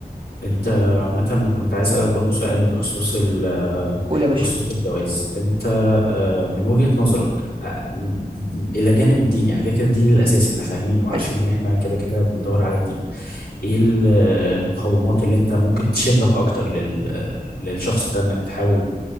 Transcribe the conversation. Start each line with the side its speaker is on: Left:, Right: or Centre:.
Left: انت عامة كنت عايز اسألك برضو سؤال بخصوص ال
Right: قول يا باشا
Left: بخصوص الجواز انت آه، من وجهة نظرك آه، م- الى جانب الدين يعني كده كده الدين الاساسي احنا فاهمين وعارفين
Right: قشطة
Left: ان احنا كده كده بندور على الدين ايه ال- المقومات اللي انت ممكن تشدك اكتر لل للشخص ده انك تحاول